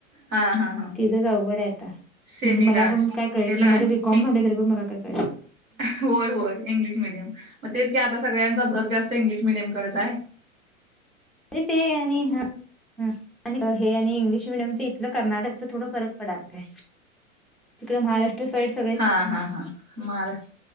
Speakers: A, on the right; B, in the centre.
A: हा हा हा
B: तिझच अवघड आहे आता
A: सेमीला
B: म्हणजे मला आजुन काय कळेल
A: हेला
B: ना माझं
A: आहे
B: बीकॉम झालं तरी पण मला काय कळेना
A: होय होय इंग्लिश मिडियम मग तेच की आता सगळ्यांचा भर जास्त इंग्लिश मिडियमकडच आहे.
B: ते आणि हं हं हे आणि इंग्लिश मिडियम इथलं कर्नाटक थोड फरक पडाय लागलायं. तिकड महाराष्ट्र साईडच- -
A: हा, हा, हा. महाराष्ट्र